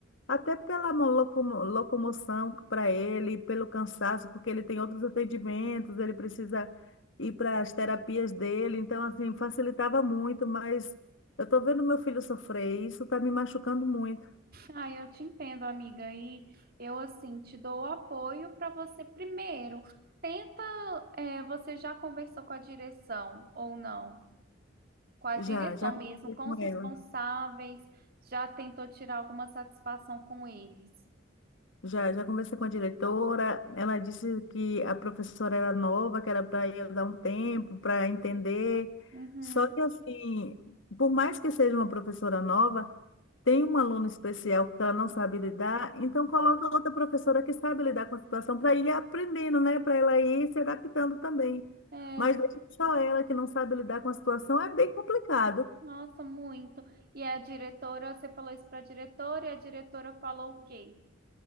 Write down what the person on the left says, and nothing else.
até pela mo- locomo- locomoção para ele, pelo cansaço, porque ele tem outros atendimentos, ele precisa ir para as terapias dele, então assim, facilitava muito, mas eu tô vendo meu filho sofrer, e isso está me machucando muito.
Já,
já
conversei
com
ela.
Já, já conversei com a diretora. Ela disse que a professora era nova, que era para ir dar um tempo para entender.
Só que, assim, por mais que seja uma professora nova, tem um aluno especial que ela não sabe lidar, então coloca outra professora que sabe lidar com a situação para ir aprendendo, né? Para ela ir se adaptando também.
Mas
deixa só ela que não sabe lidar com a situação, é bem complicado.